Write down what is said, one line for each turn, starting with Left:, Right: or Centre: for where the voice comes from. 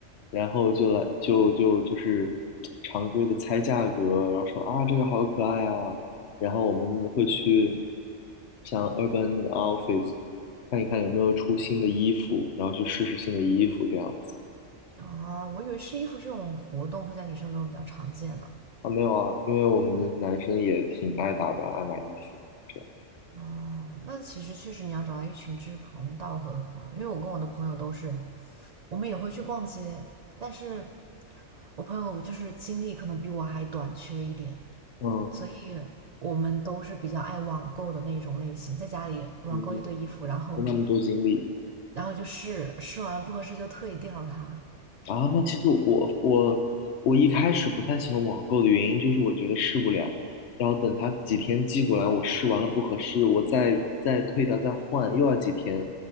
Left: 然后就来就就就是常规的猜价格，然后说啊这个好可爱啊，然后我们会去像 Urban Outfits 看一看有没有出新的衣服，然后去试试新的衣服这样子。
Right: 啊，我以为试衣服这种活动会在女生中比较常见呢。
Left: 啊，没有啊，因为我们男生也挺爱打扮、爱买衣服，这样。
Right: 啊，那其实确实你要找到一群志同道合的朋友，因为我跟我的朋友都是，我们也会去逛街，但是我朋友就是精力可能比我还短缺一点，
Left: 嗯，
Right: 所以我们都是比较爱网购的那种类型，在家里网购一堆衣服，
Left: 嗯，
Right: 然后
Left: 跟他们多经历
Right: 然后就试试完了不合适就退掉它。
Left: 啊。那其实我我我一开始不太喜欢网购的原因就是我觉得试不了，然后等他几天寄过来，我试完了不合适，我再再退掉再换，又要几天，